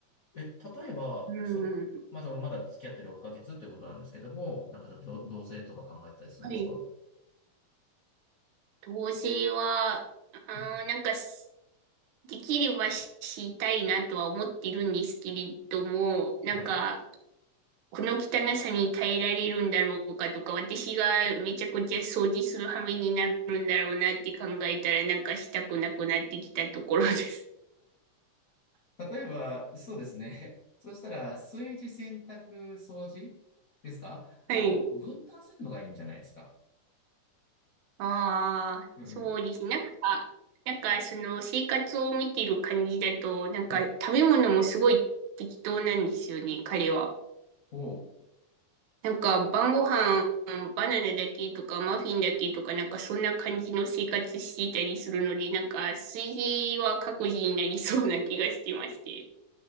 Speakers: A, on the left; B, on the right.
A: え、例えば、
B: うん。
A: そ、まあ、そのまだ付き合ってる6ヶ月ということなんですけども、なんかちょっとど同性とか考えてたりするんですか
B: はい。同棲は、あー、
A: うん。
B: なんかし、できればししたいなとは思っているんですけれども、なんか、
A: はい。
B: この汚さに耐えられるんだろうかとか、私がめちゃくちゃ掃除する羽目になるんだろうなって考えたら、なんかしたくなくなってきたところです。
A: 例えば、そうですね。<laughs> そしたら、炊事、洗濯、掃除ですかを分担するのがいいんじゃないですか。
B: <laughs> はい。ああ、
A: うん。
B: そうですね。なんか、なんかその生活を見てる感じだと、なんか食べ物もすごい適当なんですよね、
A: はい
B: 彼は。
A: おう。
B: なんか晩ご飯バナナだけとかマフィンだけとかなんかそんな感じの生活していたりするので、なんか炊事は各自になりそうな気がしてまして。